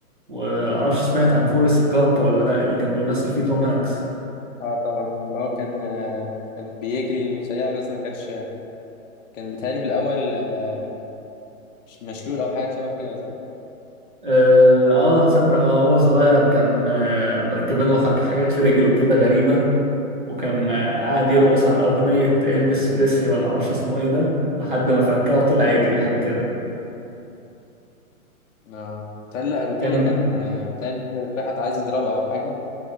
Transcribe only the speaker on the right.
ومعرفش سمعت عن فورست جامب ولا لا اللي كان بيمثل فيه توم هانكس
اه آه، تصدق اه هو صغير كان آه مركبين له حاج- حاجات في رجله كده غريبة وكان آه قاعد يرقص على أغنية إلفيس بريسلي ولا معرفش اسمه ايه ده لحد ما فكاه وطلع يجري حاجة كده
كان